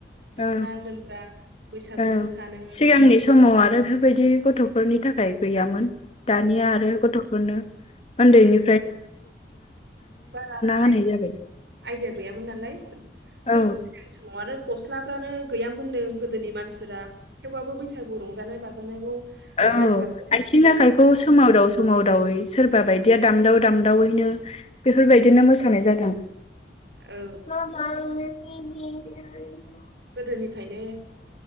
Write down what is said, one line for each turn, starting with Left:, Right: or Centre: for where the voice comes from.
Right: दख'ना
Left: औ
Right: जोमग्रा बैसागु
Left: औ
Right: मोसानो
Left: सिगांनि समाव आरो बिफोरबायदि गथ'फोरनि थाखाय गैयामोन। दानिया आरो गथ' मोनो उन्दैनि
Right: बारा
Left: होनाय जाबाय
Right: आइदिया गैयामोन नालाय गो
Left: औ
Right: गो सिगां समाव आरो गस्लाफ्रानो गैयामोननो गोदोनि मानसिफोरा थेवबाबो बैसागु रंजानाय बाजानायखौ
Left: औ
Right: गारबोआखै
Left: आथिं
Right: बिसोरो
Left: आखाइखौ
Right: फोथांनानै
Left: सोमावदाव
Right: लाखिबाय।
Left: सोमावदावै सोरबा सोरबा बायदिया दामदाव दामदावैनो बेफोरबायदिनो मोसानाय जादों।
Right: औ
Left: <unintelligible> <unintelligible>
Right: गोदोनिफ्रायनो